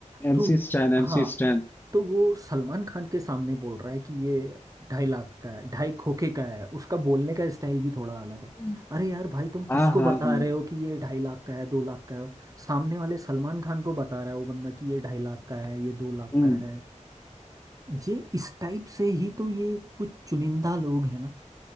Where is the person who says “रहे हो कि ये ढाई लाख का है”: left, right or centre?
Right